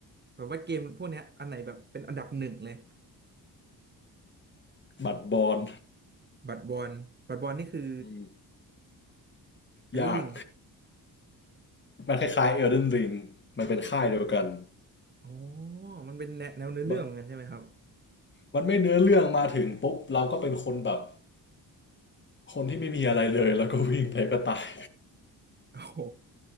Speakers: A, on the right; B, on the left.
A: แบบว่าเกมพวกเนี้ยอันไหนแบบเป็นอันดับหนึ่งเลย
B: บัดบอล
A: บัตรบอลบัตรบอลนี่คือ
B: อืม
A: เอลเดอร์ลิง
B: ยากมันคล้ายๆ Elden Ring มันเป็นค่ายเดียวกัน
A: อ๋อมันเป็นแนวแนวเนื้อเรื่องเหมือนกันใช่ไหมครับ
B: บมันไม่เนื้อเรื่องมาถึงปุ๊บเราก็เป็นคนแบบคนที่ไม่มีอะไรเลยแล้วก็วิ่งไปก็ตาย
A: โอ้โห